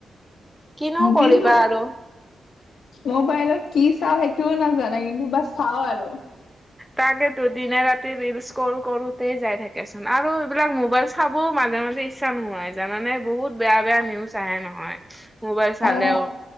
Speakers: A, in the centre; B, on the left (about 80°).
A: কিনো কৰিবা
B: কিন্তু
A: আৰু
B: মবাইলত কি চাওঁ সেইটোও নাজানে কিন্তু বাচ, চাওঁ আৰু
A: তাকেতো দিনে ৰাতি ৰিলচ কৰো কৰোতে যাই থাকেচোন আৰু এইবিলাক মোবাইল চাবও মাজে মাজে। ইচ্ছা নোহোৱা হৈ জাই জানানে বহুত বেয়া বেয়া নিউজ আহে নহয়। মোবাইল চালেও
B: অ,